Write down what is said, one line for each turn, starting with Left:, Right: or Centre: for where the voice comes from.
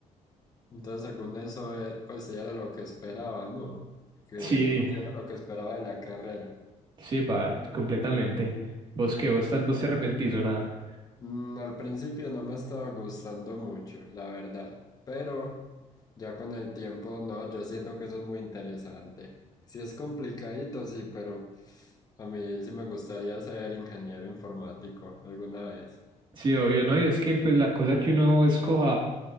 Left: Entonces, según eso, eh, pues sí era lo que esperaba, ¿no? Que
Right: Sí,
Left: pues sí era lo que esperaba de la carrera.
Right: sí, par, completamente. ¿Vos qué? ¿Vos, ta- vos te arrepentís o nada?
Left: Mm, al principio no me estaba gustando mucho, la verdad, pero ya con el tiempo, no, yo siento que eso es muy interesante. Sí es complicadito, sí, pero a mí sí me gustaría ser ingeniero informático alguna vez.
Right: Sí, obvio, ¿no? Y es que pues la cosa que uno escoja